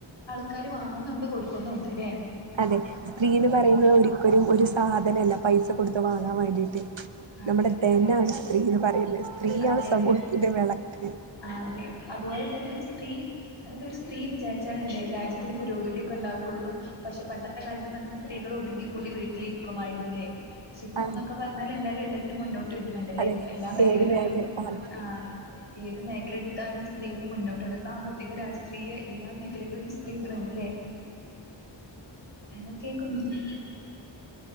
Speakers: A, on the left (about 65°); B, on the right (about 75°).
A: ആൾക്കാര് വാങ്ങുന്നുണ്ട് കൊടുക്കുന്നുണ്ട്. ല്ലേ
B: അതെ സ്ത്രീന്ന് പറയുന്നത് ഒരിക്കലും ഒരു സാധനമല്ല പൈസ കൊടുത്ത് വാങ്ങാൻ. ങ്ങാൻ വേണ്ടിയിട്ട്.
A: അതെ
B: നമ്മുടെ
A: അതെ
B: ധനാണ്
A: അതെ
B: സ്ത്രീയെന്ന് പറയുന്നത്, സ്ത്രീയാണ്
A: അതെ
B: സമൂഹത്തിന്റെ
A: അതെ
B: വിളക്ക്.
A: അതെ അതുപോലെ തന്നെ ഒരു സ്ത്രീ, അതൊരു ഒരു സ്ത്രീ വിചാരിച്ചാലും എന്താകും. രാജ്യത്തിന് പുരോഗതിയൊക്കെ ഉണ്ടാവുകയുള്ളൂ, പക്ഷെ പണ്ടത്തെ കാലം. അന്നൊന്നും സ്ത്രീകൾ ഒതുങ്ങി കൂടി വീട്ടിലിരിക്കുമായിരുന്നുല്ലേ, പക്ഷെ ഇപ്പോന്നൊക്കെ
B: ആ
A: പറഞ്ഞാല് എല്ലാരും. എല്ലാത്തിനും മുന്നോട്ട് വരുന്നുണ്ടല്ലേ,
B: അതെ
A: ഇപ്പൊ എല്ലാ മേഖലകളിലും
B: ഏത് മേഖല ആ
A: ആഹ്. ഏത് മേഖല എടുത്താലും സ്ത്രീകൾ മുന്നോട്ടാണ്, സാമ്പത്തിക രാഷ്ട്രീയം. എല്ലാ മേഖലകളിലും സ്ത്രീകളുണ്ടല്ലേ, ഹലോ കേക്കുന്നില്ലേ?